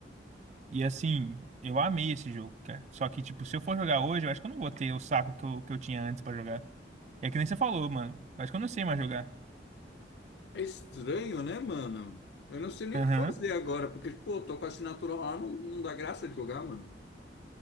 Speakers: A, on the right (about 40°); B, on the left (about 70°).
A: E assim, eu amei esse jogo, cara. Só que, tipo, se eu for jogar hoje, eu acho que eu não vou ter o saco que eu, que eu tinha antes pra jogar. É que nem você falou, mano. Eu acho que eu não sei mais jogar.
B: É estranho, né, mano? Eu não sei nem
A: Aham.
B: o que fazer agora, porque, pô, tô com a assinatura lá, não, não dá graça de jogar, mano.